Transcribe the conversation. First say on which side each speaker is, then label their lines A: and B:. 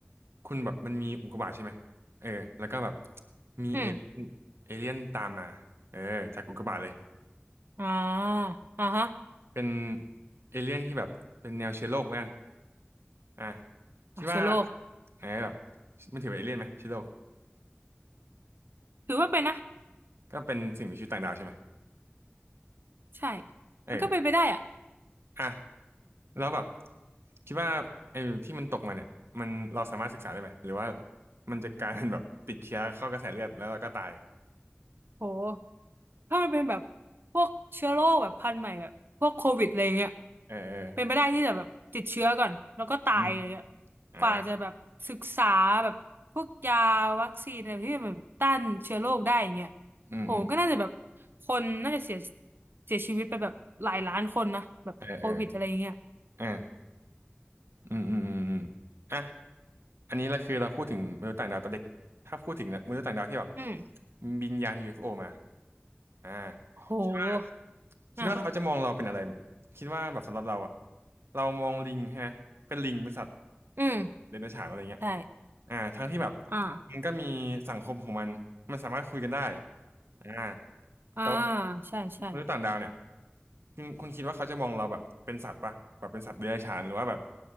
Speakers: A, on the right (about 80°); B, on the right (about 60°).
A: คุณแบบมันมีอุกกาบาตใช่ไหมเออแล้วก็แบบมีเอเลี่ยนเอเลี่ยนตามมาเออจากอุกกาบาตเลย
B: อืมอ่าอ่าฮะ
A: เป็นเอเลี่ยนที่แบบเป็นแนวเชื้อโรคแล้วกันอ่ะคิดว่า
B: อ่าเชื้อโรค
A: ไงแบบมันถือเป็นเอเลี่ยนไหมเชื้อโรค
B: ถือว่าเป็นนะ
A: ก็เป็นสิ่งมีชีวิตต่างดาวใช่ไหม
B: ใช่
A: เออ
B: มันก็เป็นไปได้อะ
A: อ่ะแล้วแบบคิดว่าไอ้ที่มันตกมาเนี่ยมันเราสามารถศึกษาได้ไหมหรือว่ามันจะกลายเป็นแบบติดเชื้อเข้ากระแสเลือดแล้วเราก็ตาย
B: โหถ้ามันเป็นแบบพวกเชื้อโรคแบบพันธุ์ใหม่แบบพวกโควิดอะไรเงี้ย
A: เออเออ
B: เป็นไปได้ที่จะแบบติดเชื้อก่อนแล้วก็ตายอะไรเงี้ย
A: อืมอ่า
B: กว่าจะแบบศึกษาแบบพวกยาวัคซีนอะไรที่มันแบบต้านเชื้อโรคได้อย่างเงี้ย
A: อืมอืม
B: โหก็น่าจะแบบคนน่าจะเสียเสียชีวิตไปแบบหลายล้านคนนะแบบโควิดอะไรเงี้ย
A: เออเออเอออืมอืมอืมอืมอ่ะ อันนี้เราคือเราพูดถึงมนุษย์ต่างดาวตัวเล็กถ้าพูดถึงมนุษย์ต่างดาวที่แบบ
B: อืม
A: บินยาน UFO มาอ่า
B: โห
A: คิดว่าคิดว่าเขาจะมองเราเป็นอะไร
B: อ่าอ่า
A: คิดว่าแบบสำหรับเราอะเรามองลิงใช่ไหมเป็นลิงเป็นสัตว์
B: อืม
A: เดรัจฉานอะไรเงี้ย
B: ใช่
A: อ่าทั้งที่แบบ
B: อ่า
A: มันก็มีสังคมของมันมันสามารถคุยกันได้อ่า
B: อ่า
A: แต่ว่า
B: ใช่ใช่
A: มนุษย์ต่างดาวเนี่ยคุณคุณคิดว่าเขาจะมองเราแบบเป็นสัตว์ปะแบบเป็นสัตว์เดรัจฉานหรือว่าแบบ